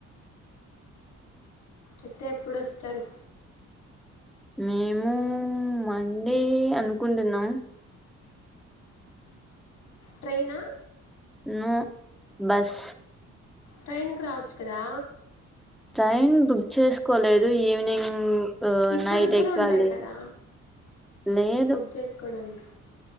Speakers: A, on the left; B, in the centre.
A: అతే ఎప్పుడుొస్తారు
B: మేము మండే అనుకుంటున్నాం
A: ట్రైన్ ఆ
B: నో బస్
A: ట్రైన్కి రావచ్చు కదా
B: ట్రైన్ బుక్ చేసుకోలేదు ఈవినింగ్ ఆ
A: ఇప్పుడు
B: నైట్
A: కూడా
B: ఎక్కాలి
A: ఉంటాయి కదా
B: లేదు
A: బుక్ చేసుకోడానికి